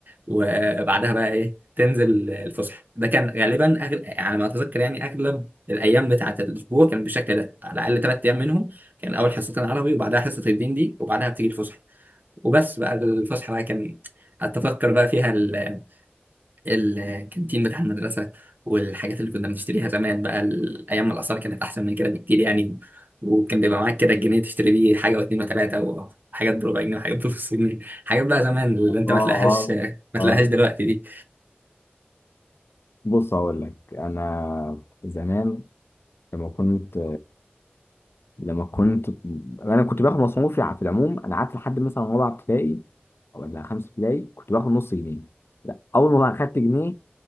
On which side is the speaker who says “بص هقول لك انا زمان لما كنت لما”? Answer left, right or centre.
Left